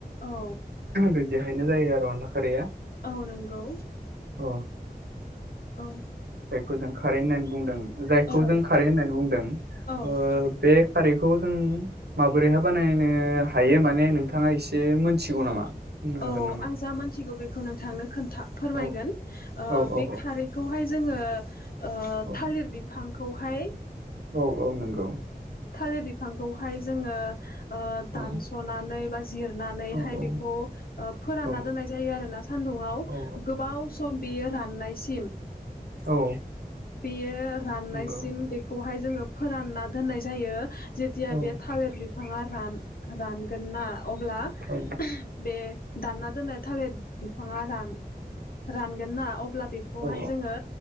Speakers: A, on the left; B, on the right.
A: औ
B: बिदिहायनो जायो आरो। अनला खारिया
A: औ नंगौ।
B: अ
A: औ
B: जायखौ जों खारै होननानै बुंदों जायखौ
A: औ
B: जों खारै होननानै बुंदों
A: औ
B: ओ
A: खारै
B: बे खारै बेखौ जों माबोरैहाय बानायनो हायो माने नोंथाङा एसे मोनथिगौ नामा? बुंनो
A: औ
B: हागोन नामा?
A: आं जा मोनथिगौ बेब बेखौ नोंथांनो खोथा फोरमायगोन
B: औ
A: ओ
B: औ औ
A: बे खारैखौहाय जोङो ओ
B: औ
A: थालिर बिफां खौहाय
B: औ औ नंगौ
A: थालिर बिफांखौहाय जोङो ओ
B: औ
A: दानस'नानै बा जिरनानैहाय
B: औ औ
A: बेखौ ओ फोरानना
B: औ
A: दोननाय जायो आरोना सान्दुुंआव
B: औ
A: गोबाव सम बियो राननाय सिम
B: औ
A: बेयो राननायसिम
B: नंगौ
A: बेखौहाय जोङो फोरानना दोननाय जायो। जेथिया
B: औ
A: बे थालिर बिफाङा रान-रानगोन ना अब्ला
B: औ
A: बे दानना दोननाय थालिर बिफाङा रान रानगोन ना अब्ला बेखौहाय
B: औ
A: जोङो